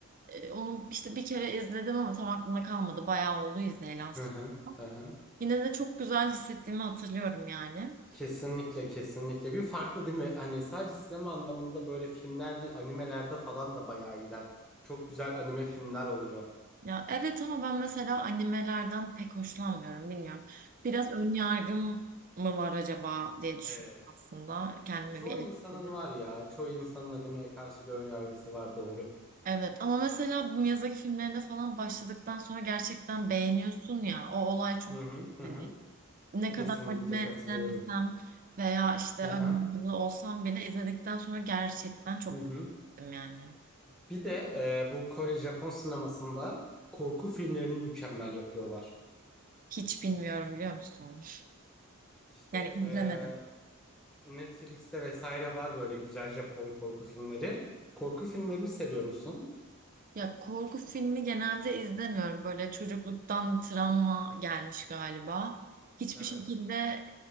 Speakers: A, on the right (about 40°); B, in the centre.
A: E, onu işte bir kere izledim ama tam aklımda kalmadı. Bayağı oldu izleyeli aslında.
B: Hı hı. Hı hı.
A: Yine de çok güzel hissettiğimi hatırlıyorum yani.
B: Kesinlikle kesinlikle bir farklı değil mi? Hani sadece sinema anlamında böyle filmler değil animelerde falan da bayağı iyiler. Çok güzel anime filmler oluyor.
A: Ya evet ama ben mesela animelerden pek hoşlanmıyorum bilmiyorum. Biraz
B: Hı hı
A: ön
B: hı.
A: yargım
B: hı.
A: mı var acaba diye düşündüm
B: Evet.
A: aslında. Kendime
B: Çoğu
A: bir eleştiri.
B: insanın var ya. Çoğu insanın animeye karşı bir önyargısı var doğru.
A: Evet ama mesela bu Miyazaki filmlerinde falan başladıktan sonra gerçekten beğeniyorsun ya. O olay çok
B: Hı hı hı.
A: hani
B: hı.
A: ne
B: Kesinlikle
A: kadar anime
B: katılıyorum.
A: sevmesem veya işte
B: Hı
A: önyargılı
B: hı.
A: olsam bile izledikten sonra gerçekten çok
B: Hı hı.
A: beğendim yani.
B: Bir de e, bu Kore Japon sinemasında korku filmlerini mükemmel yapıyorlar.
A: Hiç bilmiyorum biliyor musun?
B: İşte
A: Yani izlemedim.
B: e, Netflix'te vesaire var böyle güzel Japon korku filmleri. Korku filmlerini seviyor musun?
A: Ya korku filmi genelde izlemiyorum. Böyle çocukluktan bir travma gelmiş galiba. Hiçbir
B: Evet.
A: şekilde